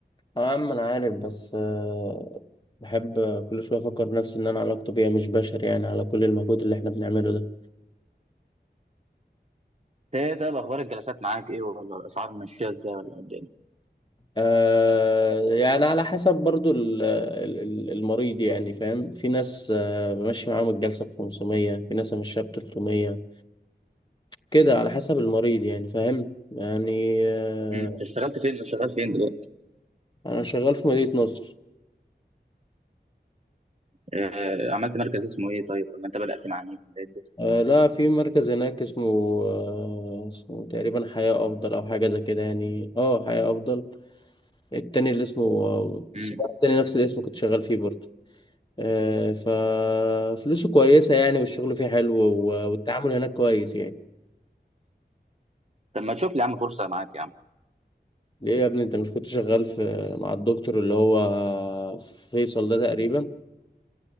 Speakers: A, on the left; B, on the right.
A: اه يا عم انا عارف بس آه، بحب كل شويه افكر نفسي ان انا علاج طبيعي مش بشري يعني على كل المجهود اللي احنا بنعمله ده
B: انت ايه طيب اخبار الجلسات معاك ايه ولا الاسعار ماشيه ازاي ولا قد ايه مم.
A: آه يعني على حسب برضو ال- ال- ال- المريض يعني فاهم في ناس آه بمشي معاهم الجلسه ب 500 في ناس امشيها ب 300 كده على حسب المريض يعني فاهم يعني آه
B: انت امم اشتغلت فين شغال فين دلوقتي
A: انا شغال في مدينه نصر
B: اه عملت مركز اسمه ايه طيب ولا انت بدات مع مين ولا ايه الدنيا؟
A: آه لا في مركز هناك اسمه آه اسمه تقريبا حياه افضل او حاجه زي كده يعني اه حياه افضل التاني اللي اسمه
B: امم
A: التاني نفس الاسم كنت شغال فيه برضه آه، ففلوسه كويسة يعني والشغل فيه حلو و- والتعامل هناك كويس يعني
B: طب ما تشوف لي يا عم فرصه معاك يا عم
A: ليه يا ابني انت مش كنت شغال في مع الدكتور اللي هو فيصل ده تقريبا